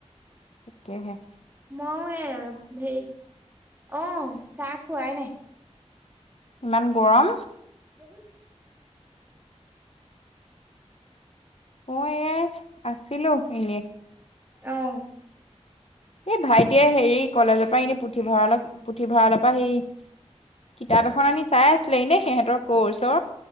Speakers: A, on the left; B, on the right.
A: থাকে হে।
B: মই এ হে, অ চাহ খুৱাই নাই।
A: ইমান গৰম
B: দে ম।
A: মই এ আছিলো এনে।
B: আহ।
A: এই ভাইটিয়ে হেৰি কলেজৰ পৰা এনেই পুথিভঁৰাল। অপ পুথিভঁৰালৰ পৰা সেই, কিতাপ এখন আনি চাই আছিলে নে সিহঁতৰ কৰ্চ।